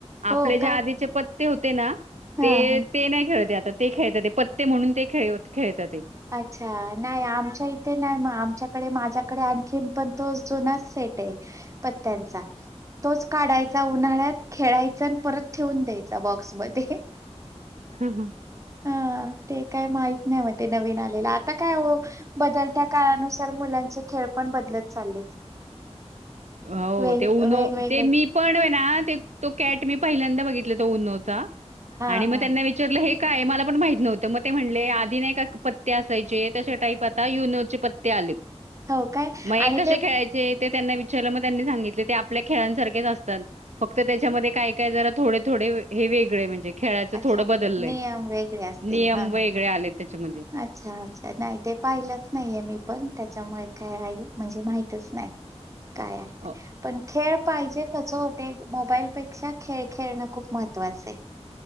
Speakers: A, on the right; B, on the right.
A: हो
B: आपले जे
A: का
B: आधीचे पत्ते होते ना
A: हा
B: ते
A: हा
B: ते नाही खेळते आता ते. ते खेळतात ते, पत्ते म्हणून ते खेळ खेळता ते.
A: अच्छा! नाही, आमच्या इथे नाही मग आमच्याकडे माझ्याकडे आणखीन पण तो जुनाच सेट आहे पत्त्यांचा. तोच काढायचा उन्हाळ्यात खेळायचा आणि परत ठेवून द्यायचा बॉक्समध्ये.
B: हा हा.
A: हा ते काय माहीत नाही म ते नवीन आलेलं. आता काय हो? बदलत्या काळानुसार मुलांचे खेळ पण बदलत चाललेत.
B: हो
A: वेग
B: ते उनो
A: वेगवेगळे
B: ते मी पण ना तो कॅट मी पहिल्यांदा बघितला त उननोचा
A: हां
B: आणि म
A: हां.
B: त्यांना वि चारल हे काय मला पण माहित नव्हतं म ते म्हणले आधी नाही का पत्ते असायचे तश टाईप आता युनोचे पत्ते आलेत.
A: हो काय?
B: मग हे
A: आणि
B: कसे
A: ते
B: खेळायचे? ते त्यांना विचारलं मग त्यांनी सांगितले ते आपल्या खेळांसारखेच असतात. फक्त त्याच्यामध्ये काय काय जरा थोडे थोडे हे वेगळे म्हणजे खेळाचं
A: अच्छा.
B: थोडं बदललय.
A: नियम वेगळे असतील.
B: नियम
A: हां हां.
B: वेगळेे आले त्याच्यामध्ये.
A: अच्छा अच्छा नाही ते पाहिलंच नाहीये मी पण त्याच्यामुळे काय आहे म्हणजे माहितच नाही.
B: <inaudible>
A: काय आहेत?
B: अ,
A: पण खेळ पाहिजे, कस होते मोबाईलपेक्षा खेळ खेळणं खूप महत्त्वाचं आहे.